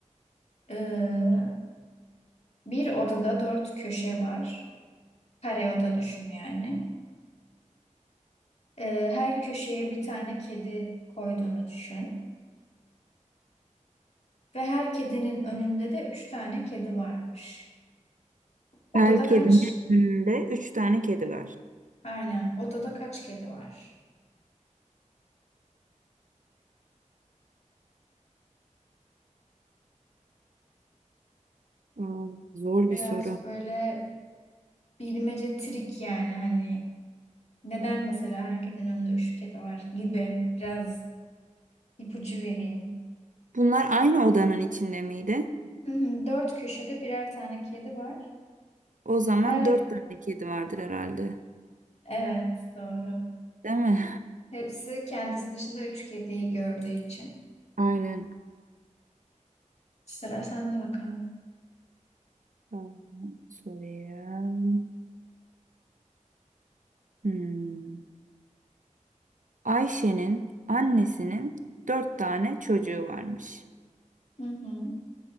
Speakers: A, on the left; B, on the right.
A: Ee, bir odada dört köşe var. Kare oda düşün yani. Ee, her köşeye bir tane kedi koyduğunu düşün. Ve her kedinin önünde de üç tane kedi varmış. Odada
B: Her kedinin
A: kaç?
B: önünde üç tane kedi var.
A: Aynen. Odada kaç kedi var?
B: Aa, zor
A: Biraz
B: bir soru.
A: böyle bilmece trik yani hani neden mesela her kedinin önünde üç kedi var gibi biraz ipucu vereyim.
B: Bunlar aynı odanın içinde miydi?
A: Hı hı, Dört köşede birer tane kedi var.
B: O zaman
A: Her
B: dört tane kedi vardır herhalde.
A: evet doğru.
B: Değil mi?
A: Hepsi kendisi dışında üç kediyi gördüğü için.
B: <laughs> Aynen.
A: Sıra sende bakalım.
B: Aa, Sorayım. Hmm. Ayşe'nin annesinin dört tane çocuğu varmış.
A: Hı hı.